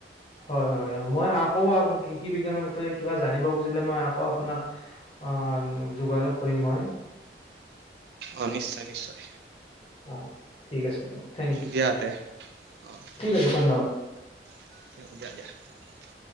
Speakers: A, on the left; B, on the right.
A: হয় হয় হয়, মই আকৌ আকৌ কৃষি বিজ্ঞানৰ ভিতয় কিবা জানিব খুজিলে মই আকৌ আপোনাক অ যোগাযোগ কৰিম মই।
B: অ' নিশ্চয় নিশ্চয়।
A: অ' ঠিক আছে দিয় থেংক ইউ,
B: দিয়া তে অ
A: ঠিক আছে ধন্যবাদ।
B: <unintelligible>